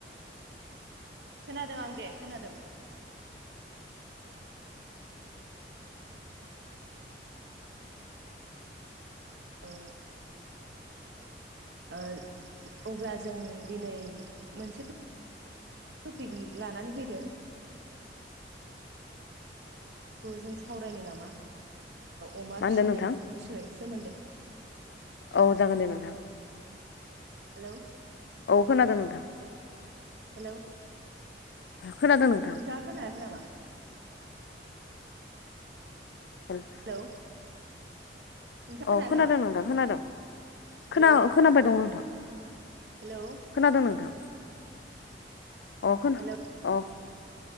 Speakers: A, on the right (about 75°); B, on the left (about 75°).
A: खोनादों आं दे खोनादों। ओम ओ ओ अब्ला जों दिनै मोनसे थ' थपिकनि लानानै फैदों। ओ जों सावरायनो नामा अमा
B: मा होनदों
A: फिसिनायनि
B: नोंथां
A: बिसयै सोमोन्दो।
B: औ जागोन दे नोंथां।
A: हेलौ
B: औ खोनादों नोंथां।
A: हेलौ
B: खोनादों नोंथां।
A: नोंथाङा खोनायाखै नामा?
B: <unintelligible>
A: हेलौ नोंथाङा खोनायाखै
B: औ खोनादों
A: नामा
B: नोंथां खोनादों।
A: हेलौ
B: खोना खोनाबाय दं नोंथां।
A: हेलौ
B: खोनादोंं नोंथां। अ खोना
A: हेलौ
B: अ